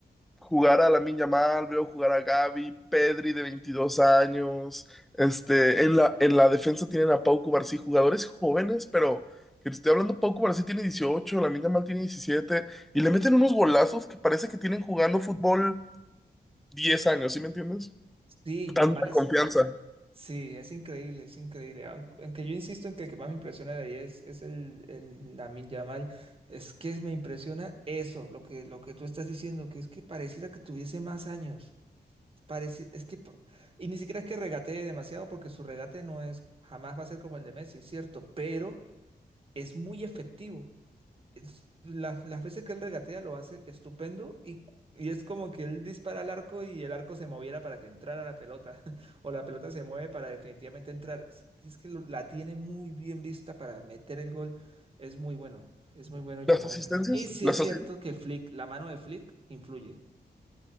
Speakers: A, in the centre; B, on the right.
A: jugar a Lamine Yamal, veo jugar a Gavi, Pedri de 22 años. Este, en la, en la defensa tienen a Pau Cubarsí, jugadores jóvenes, pero que te estoy hablando, Pau Cubarsí tiene 18, Lamine Yamal tiene 17 y le meten unos golazos que parece que tienen jugando fútbol 10 años, ¿sí me entiendes?
B: Sí,
A: Tanta
B: Yamal es.
A: confianza.
B: Sí, es increíble, es increíble. Aun- Aunque yo insisto en que el que más me impresiona de ahí es, es el, el Lamine Yamal. Es que me impresiona eso, lo que, lo que tú estás diciendo, que es que pareciera que tuviese más años. Parece, es que, pa- y ni siquiera es que regatee demasiado, porque su regate no es, jamás va a ser como el de Messi, es cierto, pero es muy efectivo. Es- las, las veces que él regatea lo hace estupendo y, y es como que él dispara al arco y el arco se moviera para que entrara la pelota, <laughs> o la pelota se mueve para definitivamente entrar. Es, es que lo- la tiene muy bien vista para meter el gol, es muy bueno, es muy bueno Yamal.
A: Las asistencias,
B: Y sí
A: las
B: es cierto
A: asistencias,
B: que Flick, la mano de Flick influye.